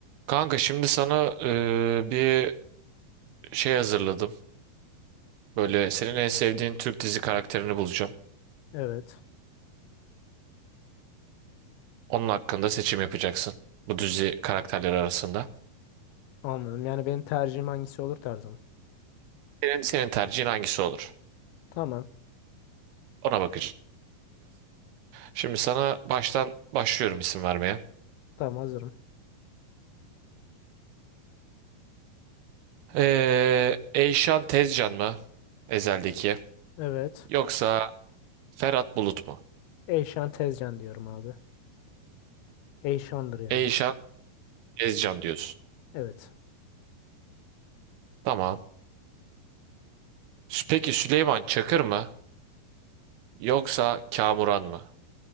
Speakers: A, on the right; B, on the left.
A: Kanka şimdi sana eee, bir şey hazırladım. Böyle senin en sevdiğin Türk dizi karakterini bulacağım.
B: Evet.
A: Onun hakkında seçim yapacaksın. Bu dizi karakterleri arasında.
B: Anladım. Yani benim tercihim hangisi olur tarzım.
A: Senin, senin tercihin hangisi olur?
B: Tamam.
A: Ona bakacağız. Şimdi sana baştan başlıyorum isim vermeye.
B: Tamam hazırım.
A: Eee Eyşan Tezcan mı? Ezel'deki.
B: Evet.
A: Yoksa Ferhat Bulut mu?
B: Eyşan Tezcan diyorum abi. Eyşan'dır yani.
A: Eyşan Tezcan diyorsun.
B: Evet.
A: Tamam. Peki Süleyman Çakır mı? Yoksa Kamuran mı?